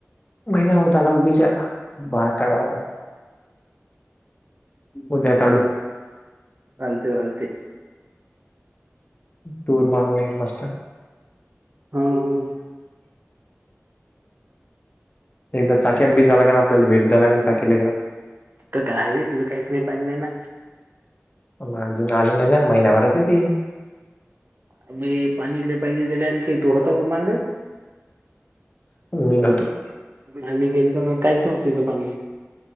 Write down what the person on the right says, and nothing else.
<inaudible> चालते चालते.
हो ना हो
तर का हवे तिला काहीच नाही पण नाही ना
अबे पाणी लय पाहिजे दिले आणखी तू होत का माय.
आम्ही गेलो ना, काईच नव्हत तिथ पाणी.